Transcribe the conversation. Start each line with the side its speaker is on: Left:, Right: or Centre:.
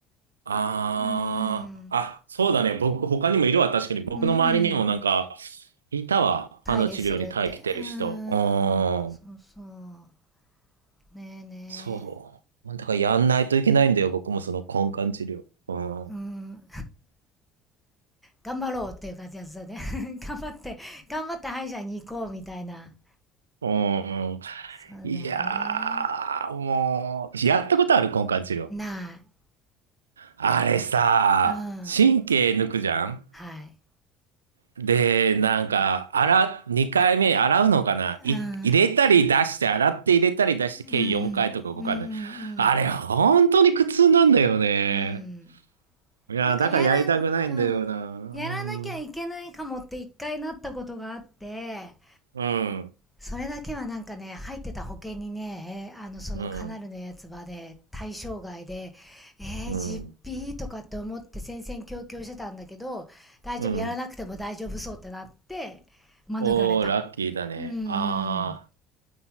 Right: ああ、
Centre: ーん。
Right: あ、そうだね。僕、他にもいるわ。確かに。僕の周りにもなんか、
Centre: うんうん。
Right: いたわ。
Centre: タイでするって。
Right: 歯の治療に耐えきてる人。
Centre: うー
Right: うーん、
Centre: ん。そうそう。ねえね
Right: そう。だからやんないといけないんだよ、僕もその根管治療。うん。
Centre: え。
Right: う
Centre: うん。頑張ろうっていう感じやつだね。<laughs> 頑張って、頑張って歯医者に行こうみたいな。
Right: ーん。
Centre: そうだよね。
Right: いやー、もう、やったことある根管治療。
Centre: ない。
Right: あれさ、
Centre: うん。
Right: 神経抜くじゃん
Centre: はい。
Right: で、なんか、洗、2回目洗うのかない入れたり出して、
Centre: うん。
Right: 洗って入れたり出して、計4回とか5回で。
Centre: うんうん。うんうん
Right: あれ、本当に苦痛なんだよね。
Centre: うん。うん。
Right: いや、
Centre: なんかやらん、
Right: だからやりたくないんだよな。
Centre: うん。
Right: うん。
Centre: やらなきゃいけないかもって一回なったことがあって、
Right: うん。
Centre: それだけはなんかね、入ってた保険にね、えーあの、そのカナルのやつはね、
Right: うん。
Centre: 対象外で、えー、
Right: うん。
Centre: 実費とかって思って戦々恐々してたんだけど、大丈夫、
Right: うん。
Centre: やらなくても大丈夫そうってなって、免れた。
Right: おー、ラッキーだね。
Centre: うんう
Right: あ
Centre: ん。